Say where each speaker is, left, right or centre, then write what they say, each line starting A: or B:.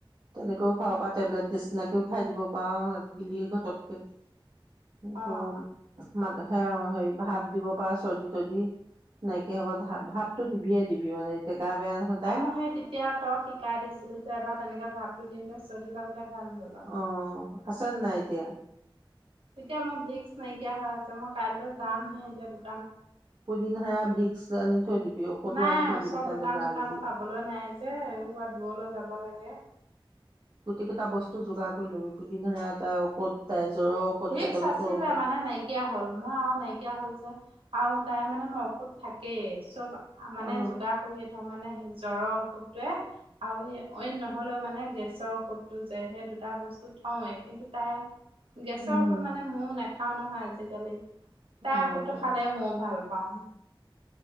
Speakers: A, on the right; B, on the right.
A: তেনেকেও খাব পাঅ টেবলেট নিচিনাকেও খাই দিব পাঅ গিলি ঘটককে কি কঅ
B: অ
A: ম মাক দে অ সেই ভাপ দিব পাঅ চজি তজি নাইকিয়া হ'ব ভাপটো দিবিয়ে দিবি <unintelligible> তাই
B: অম সেই তেতিয়া তই শিকাই দিছিলি যে এবাৰ তেনেকে ভাব <unintelligible> দিত লাগোতে ভাল হ'ল আক
A: অ আছে নাই এতিয়া
B: এতিয়া মোৰ ভিক্স নাইকিয়া হৈ আছে মই কাইলৈ যামহে এতিয়া ভি
A: পুদিন সেৰা ভিক্স আনি থৈ দিবি ঔষধো
B: নাই
A: আনি থৈ
B: ওচৰত
A: দিবি কাইলৈ
B: দোকান
A: যাৱ
B: চোকানো
A: যদি
B: পাবলৈ নাই যে দূৰলৈ যাব লাগে
A: গুটিকেটা বস্তু যোগাৰ কৰি লবি পুদিন হাৰা এটা ঔষধ তাই জ্বৰৰ ঔষধ
B: ভিক্স
A: পেটৰ বিষৰ
B: আছিলে
A: ঔষধ
B: মানে নাইকিয়া হল মোৰ আৰু নাইকিয়া হল যে আৰু তাই মানে মই ঔষুধ থাকে চব মানে
A: অ
B: যোগাৰ কৰিয়ে থওঁ মানে হে জ্বৰৰ ঔষধটোৱে আৰু অইন নহলেও মানে গেছৰ ঔষধটো যে সেই দুটা বস্তু থওঁৱেই কিন্তু তাই <unintelligible>
A: উম
B: খাও নহয় আজিকালি। তাই
A: উম
B: ঔষধটো খালে ময়ো ভাল পাওঁ।